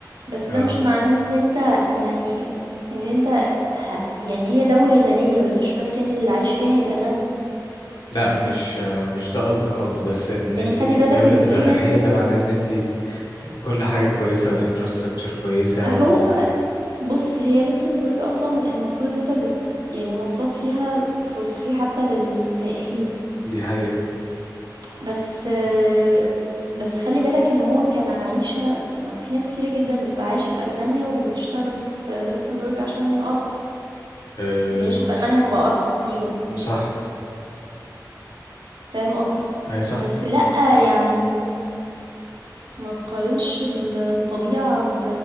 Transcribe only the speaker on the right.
بس
ده مش معناه إن أنت يعني إن أنت هت يعني هي دولة غنية، بس مش معنى كده إن اللي عايش فيها هيبقى غني،
يعني
خلّي بالك
إن
في
ناس بت
أهو
بُص، هي لوكسمبورغ أصلًا المفروض إن أنت بت يعني المواصلات فيها for free حتى للسائحين،
بس آه، بس خلِّ بالك إن هو كمعيشة م في ناس كتيرة جدًا بتبقى عايشة في ألمانيا وبتشتغل في لوكسمبورغ عشان أرخص،
العيشة في ألمانيا هتبقى أرخص ليهم،
فاهم قصدي؟
بس لأ، يعني ما تقارنش الطبيعة ب